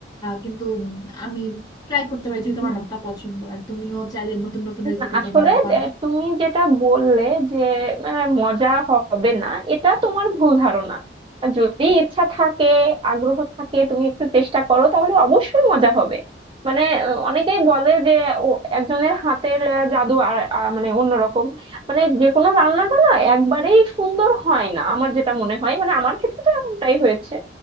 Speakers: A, on the left; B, on the right.
A: কিন্তু উম, আমি ট্রাই করতে পারি যেহেতু আমার
B: না
A: ভর্তা পছন্দ আর তুমিও চাইলে নতুন নতুন রেসিপি
B: না, আসলে
A: তোমার এখন
B: দে- তুমি যেটা বললে যে আহ, মজা হবে না এটা তোমার ভুল ধারণা যদি ইচ্ছা থাকে আগ্রহ থাকে তুমি একটু চেষ্টা করো তাহলে অবশ্যই মজা হবে মানে আহ, অনেকেই বলে যে ও একজনের হাতের আহ, জাদু আর আহ, মানে অন্যরকম মানে যে কোনো রান্নাটা না একবারেই সুন্দর হয় না আমার যেটা মনে হয় মানে আমার ক্ষেত্রে তো এমনটাই হয়েছে